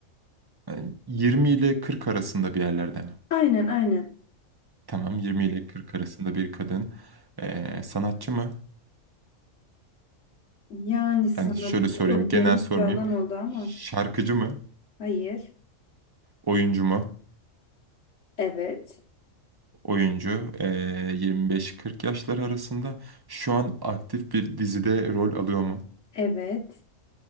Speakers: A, on the right (about 25°); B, on the left (about 60°).
A: Yani 20 ile 40 arasında bir yerlerde mi?
B: Aynen aynen.
A: Tamam 20 ile 40 arasında bir kadın. Ee, sanatçı mı?
B: Yani sanat
A: Yani şöyle sorayım
B: çok
A: genel
B: geniş
A: sormayayım.
B: bir alan oldu ama.
A: Şarkıcı mı?
B: Hayır.
A: Oyuncu mu?
B: Evet.
A: oyuncu eee, 25-40 yaşları arasında şu an aktif bir dizide rol alıyor mu?
B: Evet.